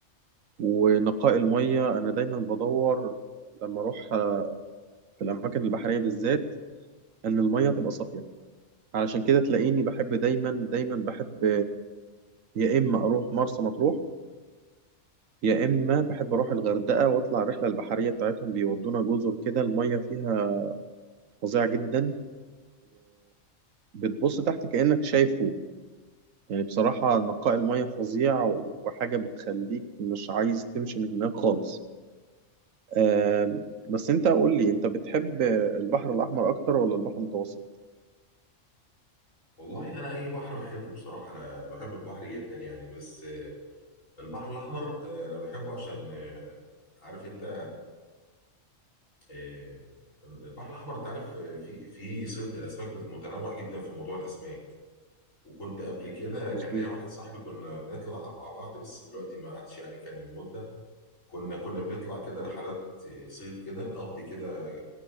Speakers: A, on the right; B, on the left.
A: ونقاء الميه انا دايما بدور لما اروح في الاماكن البحريه بالذات ان الميه تبقى صافيه علشان كده تلاقيني بحب دايما دايما بحب يا اما اروح مرسى مطروح يا اما بحب اروح الغردقه واطلع الرحله البحريه بتاعتهم بيودونا جزر كده الميه فيها فظيعه جدا وبتبص تحت كانك شايف فوق يعني بصراحه نقاء الميه فظيع وحاجه بتخليك مش عايز تمشي من هناك خالص آم، بس انت قول لي انت بتحب البحر الاحمر اكتر ولا البحر المتوسط
B: والله انا اي بحر بحبه بصراحه انا بحب البحر جدا يعني بس آه، البحر الاحمر آه، انا بحبه عشان آه، عارف انت آه، البحر الأحمر أنت عارف آه، في في صيد الأسماك متنوع جدا في موضوع الأسماك وكنت قبل كده كان
A: مظبوط
B: ليا واحد صاحبي كنا بنطلع مع بعض بس دلوقتي ما عادش يعني كان من مدة كنا كنا بنطلع كده رحلات آه، صيد كده نقضي كده